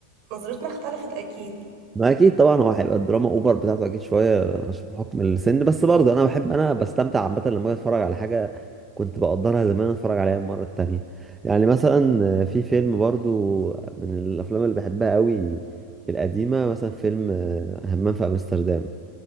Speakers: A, on the right; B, on the right.
A: نظرتنا اختلفت اكيد
B: ما اكيد طبعا هو هيبقى الدراما اوفر بتاعته اكيد شويه عشان بحكم السن بس برضه انا بحب انا بستمتع عامه لما أجي اتفرج على حاجه كنت بقدرها زمان اتفرج عليها المره التانية يعني مثلا في فيلم برضه من الافلام اللي بحبها قوي القديمه مثلا فيلم آه، همام في امستردام